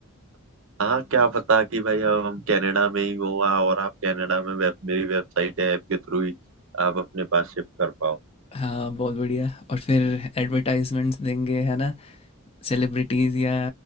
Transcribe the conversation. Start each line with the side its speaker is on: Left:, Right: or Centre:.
Right: हाँ क्या पता कि भाई अब हम कनाडा में ही हो आ- और आप कनाडा में वेब मेरी वेबसाइट है ऐप के थ्रू ही आप अपने पास शिफ्ट कर पाओ
Left: हाँ बहुत बढ़िया और फिर एडवर्टाइजमेंट्स देंगे है ना सेलिब्रिटीज़ या